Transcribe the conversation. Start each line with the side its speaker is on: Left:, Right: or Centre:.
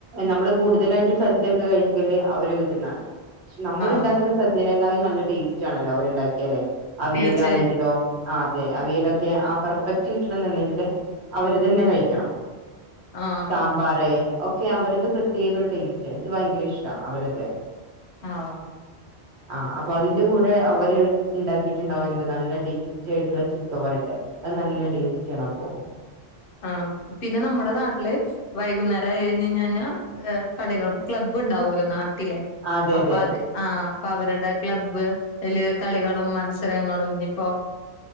Right: നമ്മള് കൂടുതലായിട്ടും സദ്യൊക്കെ കഴിക്കല് അവരെ വീട്ടിന്നാണ് പക്ഷെ നമ്മൾ
Left: ആഹ്
Right: ഇണ്ടാക്കുന്ന സദ്യനെക്കായി നല്ല ടേസ്റ്റ് ആണല്ലോ അവരുണ്ടാക്കിയാലെ അവിയലാണെങ്കിലോ
Left: തീർച്ചയായും
Right: ആഹ് അതെ അവിയലൊക്കെ ആ പെർഫെക്റ്റ് കിട്ടണംന്നുണ്ടെങ്കില് അവര് തന്നെ കഴിക്കണം
Left: ആഹ്
Right: സാമ്പാറ് ഒക്കെ അവരുത് പ്രത്യേക ഒരു ടേസ്റ്റ് എനിക്ക് ഭയങ്കര ഇഷ്ട അവരുത്
Left: ആഹ്
Right: ആ അപ്പൊ അതിന്റെ കൂടെ അവര് ഇണ്ടാക്കിട്ട ണ്ട എന്ത് നല്ല ടേസ്റ്റ ആയിട്ടുള്ള ചിക്ക വരട്ടെ അത് നല്ല ടേസ്റ്റ് ആണ് അപ്പൊ
Left: ആഹ് പിന്നെ നമ്മുടെ നാട്ടില് വൈകുന്നേരം ആയി കഴിഞ്ഞ് കഴിഞ്ഞാൽ കളികളും ക്ലബ്ബ് ഉണ്ടാവുല്ലോ നാട്ടിലെ
Right: അതെ
Left: അപ്പൊ
Right: അതെ
Left: അത് ആഹ അപ്പൊ അവരുടെ ക്ലബ്ബ് അയില് കളികളും മത്സരങ്ങളും ഇനി ഇപ്പൊ